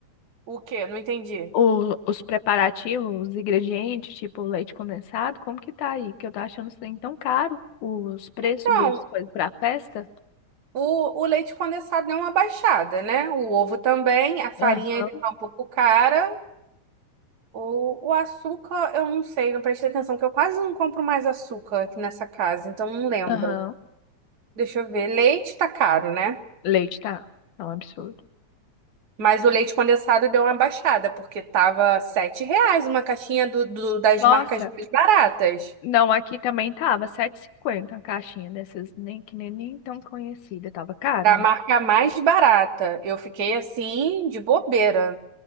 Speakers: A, on the right (about 75°); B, on the left (about 80°).
A: O quê? Não entendi.
B: O, os preparativos, os ingredientes, tipo leite condensado, como que tá aí? Que eu tô achando os trem tão caro, os preços
A: Então,
B: das coisas pra festa.
A: o, o leite condensado deu uma baixada, né? O ovo também, a farinha
B: Aham.
A: ainda tá um pouco cara. O, o açúcar, eu não sei, não prestei atenção, que eu quase não compro mais açúcar aqui nessa casa, então não lembro.
B: Aham.
A: Deixa eu ver. Leite tá caro, né?
B: Leite tá, tá um absurdo.
A: Mas o leite condensado deu uma baixada, porque tava 7 reais uma caixinha do, do- das
B: Nossa,
A: marcas mais baratas.
B: Não, aqui também tava sete e cinquenta, a caixinha dessas, nem que nem, nem tão conhecida, tava caro.
A: Da
B: né?
A: marca mais barata. Eu fiquei assim, de bobeira.